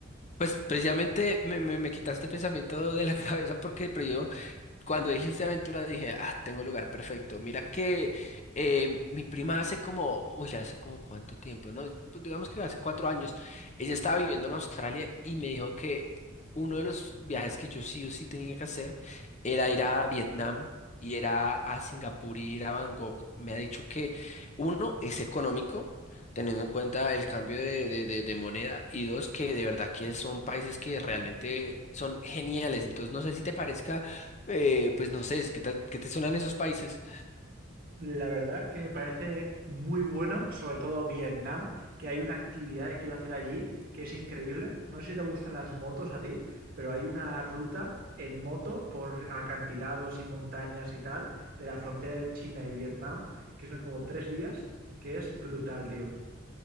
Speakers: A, on the left (about 35°); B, on the right (about 45°).
A: Pues precisamente me, me, me quitaste el pensamiento de la <laughs> cabeza porque Cuando dijiste aventura dije, ah, tengo el lugar perfecto. Mira que eh, mi prima hace como, uy, ya hace como cuánto tiempo, no, pues digamos que hace cuatro años, ella estaba viviendo en Australia y me dijo que uno de los viajes que yo sí o sí tenía que hacer era ir a Vietnam y era a Singapur y ir a Bangkok. Me ha dicho que uno es económico. teniendo en cuenta el cambio de, de- de- de moneda y dos que de verdad que son países que realmente son geniales. Entonces no sé si te parezca eh, pues no sé, es que ta- ¿qué te suenan esos países?
B: La verdad que me parece muy bueno, sobre todo Vietnam, que hay una actividad que quiero hacer allí que es increíble. No sé si te gustan las motos a ti, pero hay una ruta en moto por acantilados y montañas y tal de la frontera de China y Vietnam, que son como tres días, que es brutal, tío.